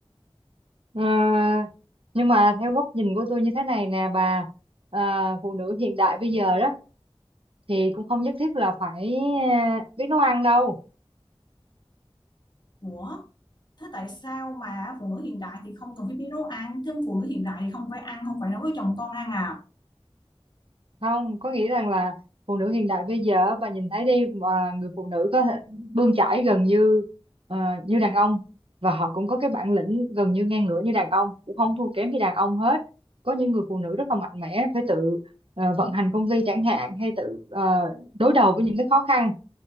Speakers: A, on the right; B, on the left.
A: Ờ, nhưng mà theo góc nhìn của tôi như thế này nè bà à, phụ nữ hiện đại bây giờ đó thì cũng không nhất thiết là phải à, biết nấu ăn đâu
B: ủa thế tại sao mà phụ nữ hiện đại thì không cần phải biết nấu ăn thêm phụ nữ hiện đại thì không phải ăn không phải nấu với chồng con ăn à
A: không có nghĩa rằng là phụ nữ hiện đại bây giờ bà nhìn thấy đi mà người phụ nữ có thể bươn chải gần như ờ, như đàn ông và họ cũng có cái bản lĩnh gần như ngang ngửa như đàn ông cũng không thua kém gì đàn ông hết có những người phụ nữ rất là mạnh mẽ phải tự ờ, vận hành công ty chẳng hạn hay tự ờ, đối đầu với những cái khó khăn